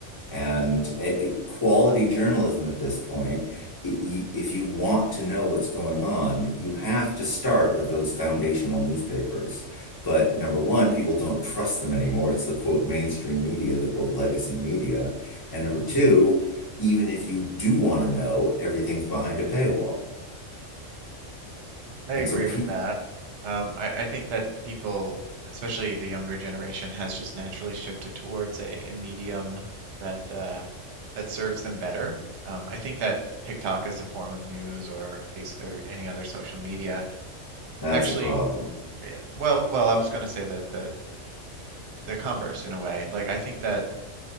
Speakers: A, on the left (about 25°); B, on the right (about 70°).
A: And
B: mhm,
A: a, a quality journalism at this point, i- y- if you want to know what's going on, you have to start with those foundational newspapers. But number
B: mm,
A: one, people don't trust them anymore. It's the quote mainstream media, the quote legacy media. And
B: mm.
A: number two, even if you do want to know, everything's behind a paywall.
B: I
A: And
B: agree
A: so people,
B: with that. Um, I, I think that people, especially the younger generation, has just naturally shifted towards a, a medium that uh, that serves them better. Um, I think that TikTok as a form of news or face or any other social media
A: that's
B: actually,
A: a problem.
B: eh, well, well, I was going to say that the the converse in a way. Like I think that